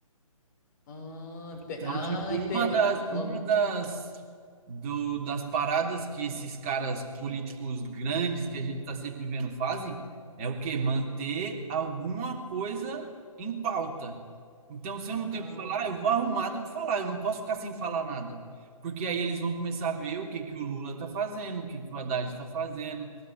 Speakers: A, on the left; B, on the right.
A: ah, tem,
B: Então,
A: ah,
B: tipo,
A: ente-
B: uma das,
A: ah,
B: uma das, do, das paradas que esses caras políticos grandes que a gente está sempre vendo fazem é o quê? Manter alguma coisa em pauta. Então, se eu não tenho
A: ah,
B: o que falar, eu vou arrumado para falar, eu não posso ficar sem falar nada. Porque aí eles vão começar a ver o que que o Lula tá fazendo, o que que o Haddad está fazendo, o